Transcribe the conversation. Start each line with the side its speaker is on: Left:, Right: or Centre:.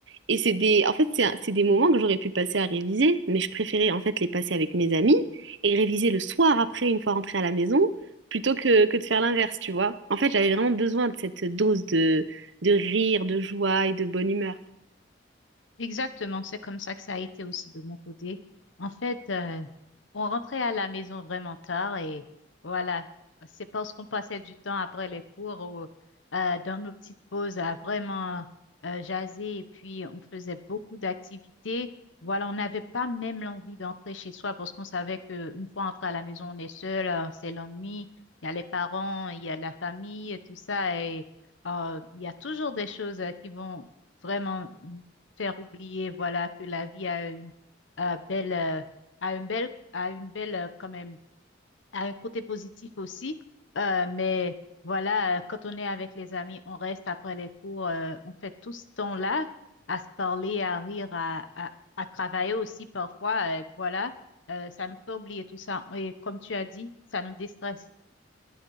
Right: Et c'est des, en fait, c'est un- c'est des moments que j'aurais pu passer à réviser, mais je préférais en fait les passer avec mes amis et réviser le soir après, une fois rentrée à la maison, plutôt que, que de faire l'inverse, tu vois. En fait, j'avais vraiment besoin de cette dose de, de rire, de joie et de bonne humeur.
Left: Exactement, c'est comme ça que ça a été aussi de mon côté. En fait, euh, on rentrait à la maison vraiment tard et voilà, c'est parce qu'on passait du temps après les cours ou euh, dans nos petites pauses à vraiment euh, jaser et puis on faisait beaucoup d'activités. Voilà, on n'avait pas même l'envie d'entrer chez soi parce qu'on savait qu'une fois entré à la maison, on est seul, euh, c'est l'ennui, il y a les parents, il y a la famille, tout ça et euh, il y a toujours des choses euh, qui vont vraiment faire oublier, voilà, que la vie a une euh, belle, euh, a une belle, a une belle, euh, quand même, a un côté positif aussi. Euh, mais voilà, euh, quand on est avec les amis, on reste après les cours, euh, on fait tout ce temps-là à se parler, à rire, à, à, à travailler aussi parfois. euh, voilà, Euh, ça nous fait oublier tout ça. Et comme tu as dit, ça nous déstresse.